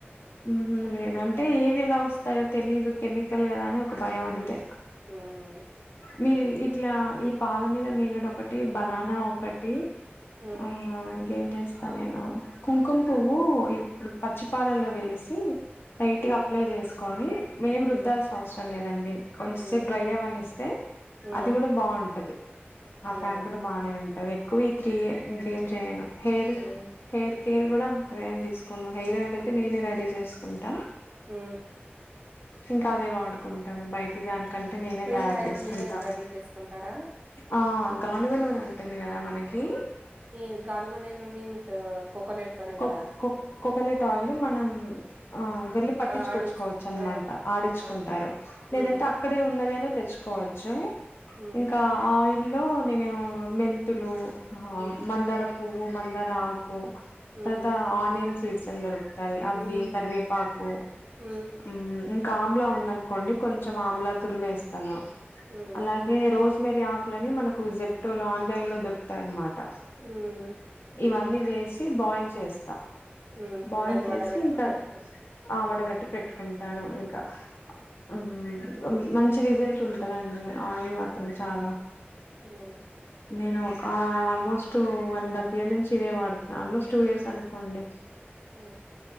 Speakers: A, on the left (about 65°); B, on the right (about 30°).
A: ఊ హు లేదు అంటే ఏవి ఎలా వస్తాయో తెలీదు కెమికల్ కదా అని భయం
B: ఉమ్
A: అంతే
B: ఉమ్
A: మీరు ఇట్లా ఈ పాల మీద మేగడ ఒకటి బనానా ఒకటి
B: ఉమ్
A: ఆ అ ఏం చేస్తా నేను కుంకుమ పువ్వు ఇప్పుడు పచ్చిపాలల్లో వేసి టైట్ గ అప్లై చేసుకొని ఏం
B: ఉమ్
A: రుద్దాల్సిన అవసరం లేదండి కొంచంసేపు
B: ఉమ్
A: డ్రై అవ్వనిస్తే
B: ఉమ్
A: అది కూడా బాగుంటది ఆ
B: ఉమ్ ఉమ్
A: ప్యాక్ కూడా బానే ఉంటది ఎక్కువ ఈ త్రీ ఇంకేం చేయను హెరు
B: ఉమ్
A: హేర్ హెర్ కూడా అంతగ ఎం తీసుకొను హెయిర్ ఆయిల్ అయితే నేనే రెడీ చేసుకుంటా
B: ఊ
A: ఇంకా అదే వాడుకుంటాను బయటి దానికి అంత నేనే
B: హెయిర్
A: తయారు
B: ఆయిల్
A: చేసుకుంటా
B: మీరే రెడీ చేసుకుంటారా
A: ఆ గానుగా నూనె ఉంటుంది గదా మనకి
B: ఈ గానుగ నూనె మీన్స్ కోకోనట్ తోనే
A: కోబ్
B: కదా
A: కోబ్ కోకనట్ ఆయిల్ మనం ఆ వెళ్లి పట్టిచ్చుకొచ్చుకోవచ్చు
B: ఆ ఆడించు
A: అనమాట
B: ఆ
A: అడిచ్చుకుంటారు
B: ఆ
A: లేదంటే
B: ఉమ్
A: అక్కడే ఉన్ ఉన్నదైనా తెచ్చుకోవచ్చు
B: ఉమ్
A: ఇంకా ఆయిల్ లో నేను మెంతులు ఆ
B: ఉమ్
A: మందార పూవు మందార ఆకు
B: ఉమ్
A: తరువాత ఆనియన్ సీడ్స్ అని దొరుక్ తాయి అవి
B: ఉమ్
A: కవేపాకు
B: ఉమ్
A: ఊ.. ఉ ఆమ్లా ఉందనుకోండి కొంచెం ఆమ్లా తురిమేస్తాను
B: ఉమ్
A: అలాగే రోజు రోజ్ మేరీ ఆకులని మనకు జెప్టో లో ఆన్లైన్ లో దొతాయన్నమాట
B: ఉమ్
A: ఇవన్ని వేసి బాయిల్ చేస్తా
B: ఉమ్
A: బాయిల్
B: దాన్ని
A: చేసి
B: వడగట్టి
A: ఇంకా
B: పెట్టుకుంటారు
A: ఆవడ
B: ఉమ్
A: గట్టి పెట్టుకుంటాను ఇంకా ఉ హు మంచి రిజల్ట్ ఉంటదండి ఆయిల్ మాత్రం
B: ఉమ్
A: చాలా
B: ఉమ్
A: నేను ఆ almost one and half year నుంచి ఇదే వాడుతున్నాను ఆల్మోస్ట్ టూ ఇయర్స్ అనుకోండి
B: ఊ